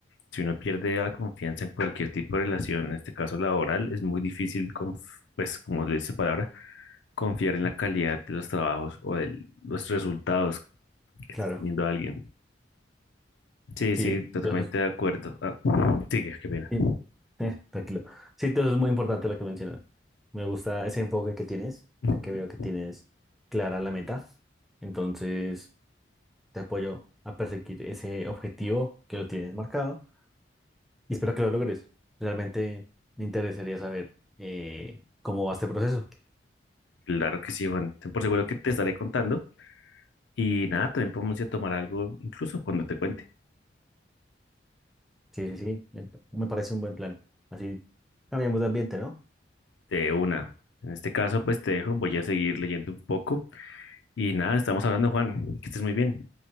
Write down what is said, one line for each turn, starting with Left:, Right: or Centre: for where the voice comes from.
Left: si uno pierde la confianza en cualquier tipo de relación, en este caso laboral, es muy difícil, conf- pues como le dice su palabra, confiar en la calidad de los trabajos o de los resultados que
Centre: Claro,
Left: está teniendo alguien. Sí,
Centre: sí,
Left: sí, totalmente
Centre: entonces,
Left: de acuerdo. Ah, sigue, qué pena.
Centre: sí, eh, tranquilo. Sí, entonces es muy importante lo que mencionas. Me gusta ese enfoque que tienes,
Left: Ujú.
Centre: ya que veo que tienes clara la meta. Entonces, te apoyo a perseguir ese objetivo que lo tienes marcado Y espero que lo logres. Realmente me interesaría saber eh, cómo va este proceso.
Left: Claro que sí, Juan. Ten por seguro que te estaré contando. Y nada, también podemos ir a tomar algo, incluso cuando te cuente,
Centre: Sí, sí, sí. Me me parece un buen plan. Así cambiamos de ambiente, ¿no?
Left: de una. En este caso, pues te dejo, voy a seguir leyendo un poco. Y nada, estamos hablando, Juan. Que estés muy bien.